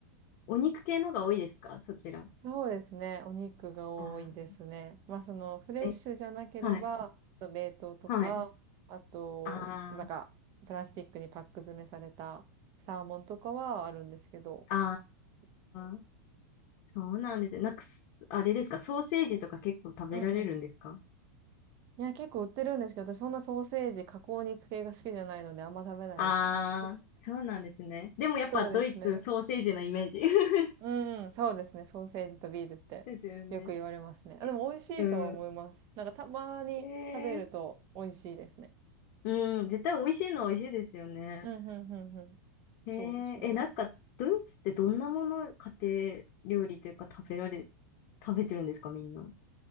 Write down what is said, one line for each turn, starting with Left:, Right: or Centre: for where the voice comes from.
Left: お肉系のが多いですかそちら。
Right: そうですね。お肉が多いですね。
Left: あ
Right: まあ、その、フレッシュじゃなければ、
Left: ーえ、はい。
Right: その冷凍とか、
Left: はい。
Right: あと、
Left: あ
Right: なんか、プラスチックにパック詰めされたサーモンとかはあるんですけど。
Left: あ、
Right: う
Left: ああ、そうなんですよ。なんかす、あれですか、ソーセージとか結構食べられるんですか
Right: ん。うんうん。いや、結構売ってるんですけど、私そんなソーセージ、加工肉系が好きじゃないので、あんま食べないですね。
Left: ああー、そうなんですね。でもやっぱドイツソーセージのイメージ。
Right: そうですね。
Left: <laughs>
Right: うんうん、そうですね。ソーセージとビールってよく言われますね。
Left: ですよね。
Right: あ、
Left: えうん。
Right: でも美味しいとは思います。なんかたまに食べると美味しいですね。
Left: えー、うん、絶対美味しいのは美味しいですよね。
Right: うん、うん、うん、うん。
Left: えー、
Right: そうですね。
Left: え、なんか、ドイツってどんなもの、家庭料理というか食べられ、食べてるんですか、みんな。